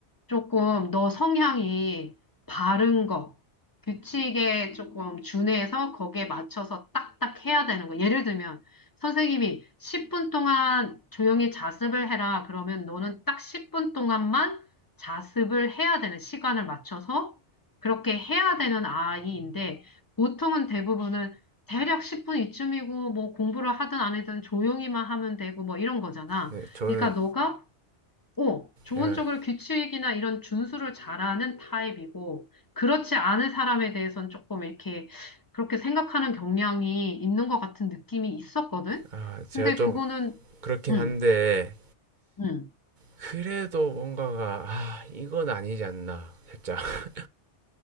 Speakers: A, on the left; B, on the right.
A: 조금 너 성향이 바른 거, 규칙에 조금 준해서 거기에 맞춰서 딱딱 해야 되는 거. 예를 들면, 선생님이 10분 동안 조용히 자습을 해라. 그러면 너는 딱 10분 동안만 자습을 해야 되는 시간을 맞춰서 그렇게 해야 되는 아이인데, 보통은 대부분은 대략 10분 이쯤이고, 뭐 공부를 하든 안 하든 조용히만 하면 되고, 뭐 이런 거잖아.
B: 네, 저는
A: 그러니까 너가 어, 좋은
B: 예,
A: 쪽으로 규칙이나 이런 준수를 잘하는 타입이고, 그렇지 않은 사람에 대해서는 조금 이렇게 그렇게 생각하는 경향이 있는 것 같은 느낌이 있었거든?
B: 아, 제가
A: 근데
B: 좀
A: 그거는,
B: 그렇긴
A: 응,
B: 한데
A: 응.
B: 그래도 뭔가가 아 이건 아니지 않나 살짝 <laughs>